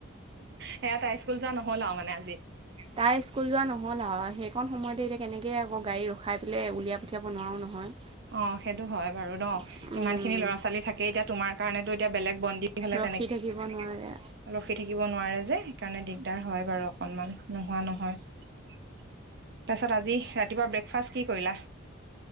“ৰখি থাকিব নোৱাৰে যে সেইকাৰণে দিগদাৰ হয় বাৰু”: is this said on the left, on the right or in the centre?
Right